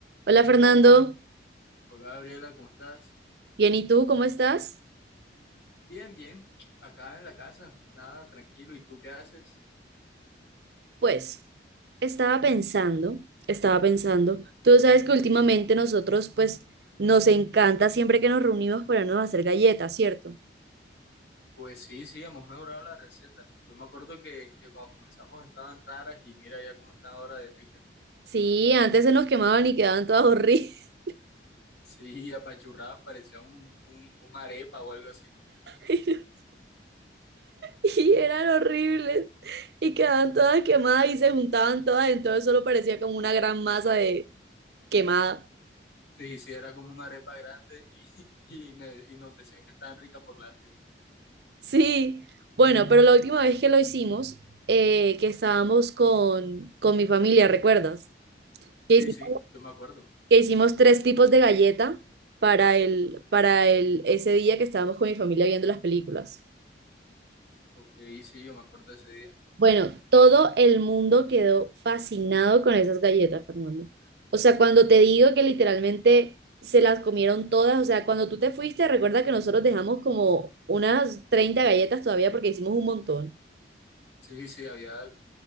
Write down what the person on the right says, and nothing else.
Hola Fernando,
bien, ¿y tú cómo estás?
Pues estaba pensando, estaba pensando, tú sabes que últimamente nosotros pues nos encanta siempre que nos reunimos ponernos a hacer galletas, ¿cierto?
Sí, antes se nos quemaban y quedaban todas horribles
<laughs> y eran horribles y quedaban todas quemadas y se juntaban todas, entonces solo parecía como una gran masa de quemada.
Sí, bueno, pero la última vez que lo hicimos, eh, que estábamos con, con mi familia, ¿recuerdas?
que hicimos,
que hicimos tres tipos de galleta para el, para el, ese día que estábamos con mi familia viendo las películas.
Bueno, todo el mundo quedó fascinado con esas galletas, Fernando. O sea, cuando te digo que literalmente se las comieron todas, o sea, cuando tú te fuiste, recuerda que nosotros dejamos como unas 30 galletas todavía porque hicimos un montón.